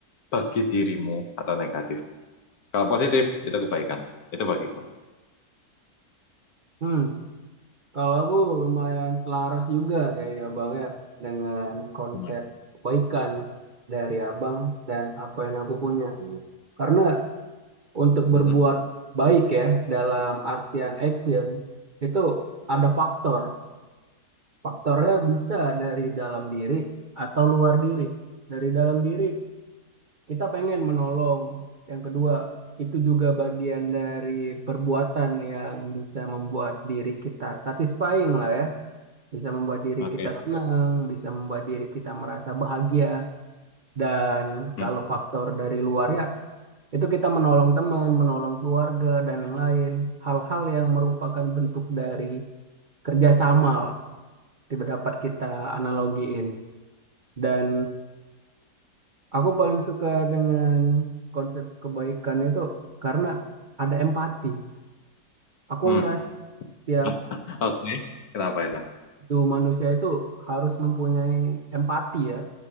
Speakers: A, on the left; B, on the right.
A: bagi dirimu atau negatif. Kalau positif itu kebaikan, itu bagiku.
B: Hmm, kalau aku lumayan selaras juga kayak Abang ya dengan konsep
A: Lumayan.
B: kebaikan dari Abang dan apa yang aku punya. Karena untuk berbuat
A: Mm-mm.
B: baik ya dalam artian action itu ada faktor. Faktornya bisa dari dalam diri atau luar diri. Dari dalam diri kita pengen menolong. Yang kedua, itu juga bagian dari perbuatan yang bisa membuat diri kita satisfying lah ya. Bisa membuat diri
A: Oke.
B: kita senang, bisa membuat diri kita merasa bahagia. Dan
A: Hmm.
B: kalau faktor dari luarnya itu kita menolong teman, menolong keluarga, dan yang lain. Hal-hal yang merupakan bentuk dari kerjasama lah. Tidak dapat kita analogiin. Dan aku paling suka dengan konsep kebaikan itu karena ada empati. Aku
A: Hmm.
B: ngerasa tiap
A: <laughs> Oke. Kenapa itu?
B: itu manusia itu harus mempunyai empati ya.